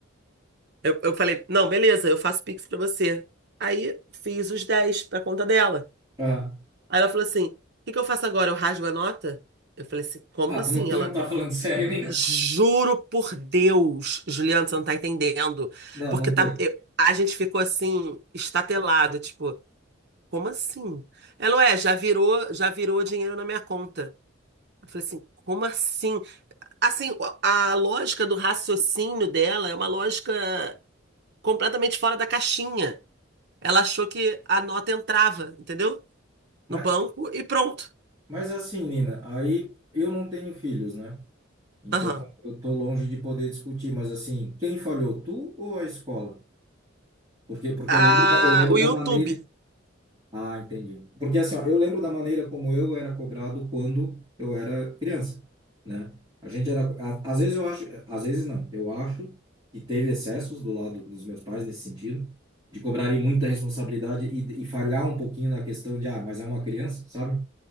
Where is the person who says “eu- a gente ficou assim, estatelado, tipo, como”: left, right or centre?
Right